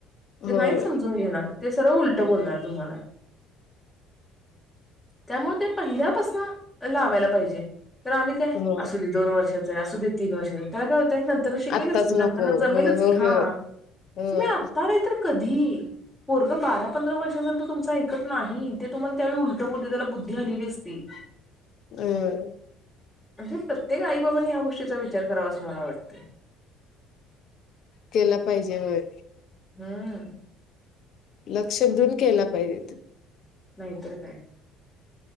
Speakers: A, in the centre; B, on the left.
A: ते
B: होय
A: नाही समजून घेणार ते सर्व उलट बोलणार तुम्हाला. त्यामुळे ते पहिल्यापासन लावायला पाहिजे, तर आम्ही काय
B: हो
A: असू दे दोन वर्षाच आहे, असू दे तीन वर्षाचं त्याला काय होतंय. शिकेलच
B: आत्ताच
A: की नंतरना
B: नको
A: जमेलच
B: होय हो
A: की, हा
B: होय. होय
A: तुम्ही आता नाही तर कधी? पोरगं बारा पंधरा वर्षाच्या नंतर तुमचं ऐकत नाही. ते तुम्हाला त्यावेळी उलटं बोलते त्याला बुद्धी आलेली असती.
B: हम्
A: म्हणजे प्रत्येक आई बाबांनी या गोष्टीचा विचार करावा असं मला वाटतं.
B: केला पाहिजे व्हय.
A: हम्म.
B: लक्ष देऊन केला पाहिजेत.
A: नाही तर काय?